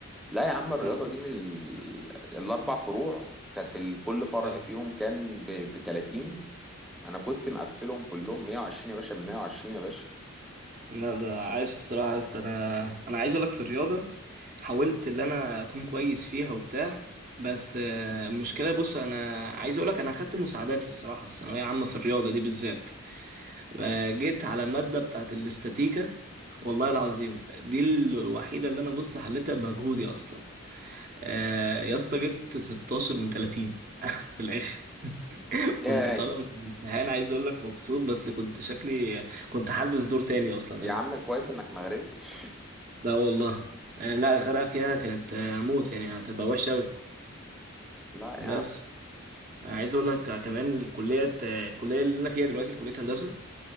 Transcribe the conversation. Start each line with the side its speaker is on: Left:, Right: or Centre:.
Centre: لا يا عم الرياضة
Right: لا
Centre: دي من ال... الأربع فروع كانت ال- كل فرع
Right: اه
Centre: فيهم كان ب 30 أنا كنت مقفلهم كلهم 120 يا باشا ب 120 يا باشا
Right: لا ده عايش الصراحة يا اسطى انا انا عايز اقولك في الرياضة حاولت ان انا اكون كويس فيها وبتاع بس آه، المشكلة بص انا عايز اقولك انا اخدت مساعدات الصراحة في ثانوية عامة في الرياضة دي بالذات آه، جيت على مادة بتاعت الاستاتيكا والله العظيم دي ال- الوحيدة اللي انا بص حليتها بمجهودي اصلا آه، يا اسطى جبت 16 من 30 في الاخر <laughs> كنت
Centre: ياي
Right: طالع من الامتحان عايز اقول لك مبسوط بس كنت شكلي كنت حالبس دور تاني اصلا
Centre: يا عم كويس إنك ما غرقتش
Right: لا والله يعني لا الغرقة فيها كانت آه، موت يعني هتبقى وحشة أوي
Centre: لا
Right: بس
Centre: يا عم
Right: عايز أقول لك آه، كمان الكلية آه، الكلية اللي أنا فيها دلوقتي كلية هندسة